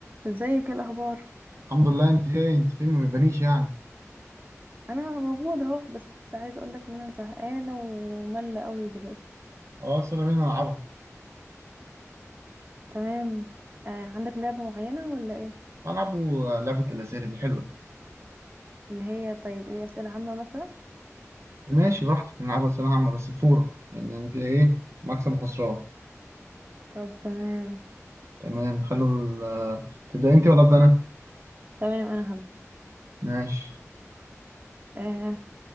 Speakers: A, on the right; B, on the right.
A: ازيك ايه الاخبار
B: الحمد لله انت ايه انت فين ما بتبانيش يعني
A: انا موجوده اهو بس عايزه اقول لك ان انا زهقانه وملة قوي دلوقتي
B: خلاص يلا بينا نلعبها
A: تمام آه عندك لعبه معينه ولا ايه
B: هنلعبوا لعبة الأسئلة دي حلوة
A: اللي هي طيب ايه اسئله عامه مثلا
B: دي. ماشي براحتك نلعبها أسئلة عامة بس بفورة يعني انت ايه مكسب وخسران
A: طب تمام
B: تمام خلوا ال... آه، تبدأ انت ولا أبدأ أنا
A: تمام انا هبدا
B: ماشي
A: آه